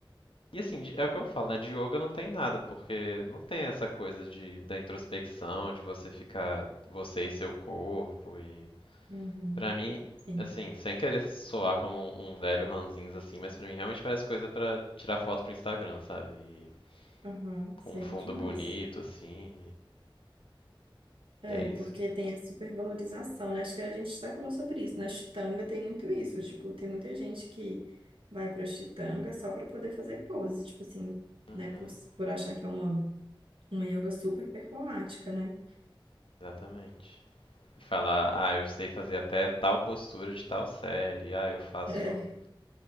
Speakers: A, on the left; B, on the right.
A: E assim, de- é o que eu falo, né? De yoga não tem nada, porque não tem essa coisa de, da introspecção, de você ficar você e seu corpo e
B: uhum,
A: Pra mim,
B: sim.
A: assim, sem querer soar como um, um velho ranzinza assim, mas pra mim realmente parece coisa pra tirar foto pro Instagram, sabe? E
B: Aham,
A: com
B: sei
A: um fundo
B: demais.
A: bonito assim.
B: É,
A: E, e é isso.
B: porque tem a supervalorização, né? Acho que a gente até falou sobre isso. Na Chitanga tem muito isso. Tipo, tem muita gente que vai pra Chitanga só pra poder fazer pose, tipo assim,
A: Uhum,
B: né? Por, por achar que é uma, uma yoga super performática, né?
A: exatamente. E falar, ah, eu sei fazer até tal postura de tal série. Ah, eu faço.
B: É, é,